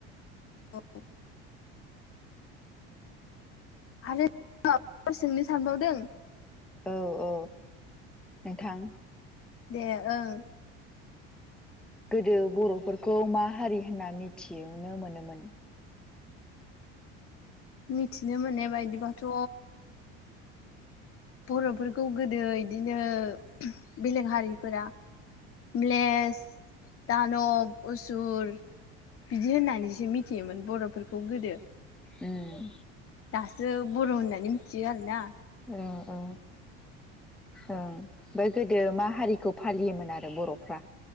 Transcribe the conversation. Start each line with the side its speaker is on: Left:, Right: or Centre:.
Left: औ। आरो माबाफोर सोंनो सानबावदों?
Centre: औ-औ नोंथां।
Left: दे ओं
Centre: गोदो बर'फोरखौ मा हारि होनना मिथिनो मोनोमोन
Left: मिथिनो मोननाय बायदिबाथ' बर'फोरखौ गोदो इदिनो बेलेग हारिफोरा म्लेस दानब उसुर बिदि होननानैसो मिथियोमोन बर'फोरखौ गोदो
Centre: उम
Left: दासो बर' होननानै मिथियो आरो ना
Centre: औ औ औ ओं ओमफ्राय गोदो मा हारिखौ फालियोमोन आरो बर'फ्रा